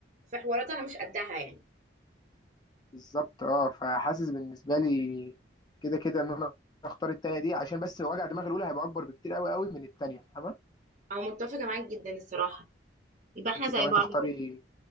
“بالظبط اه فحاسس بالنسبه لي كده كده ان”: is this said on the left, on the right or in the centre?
Left